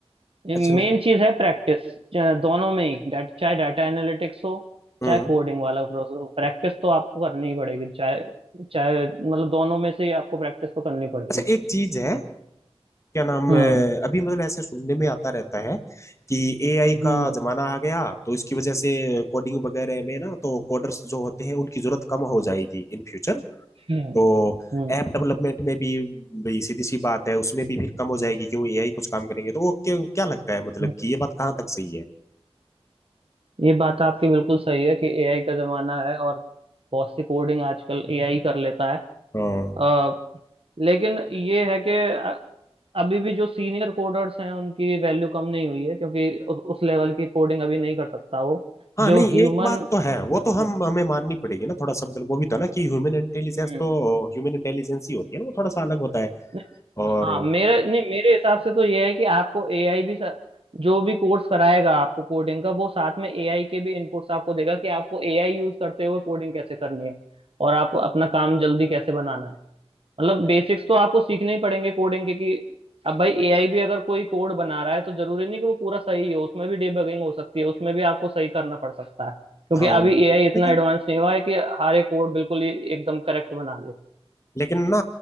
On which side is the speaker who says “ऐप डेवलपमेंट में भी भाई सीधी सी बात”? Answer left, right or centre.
Left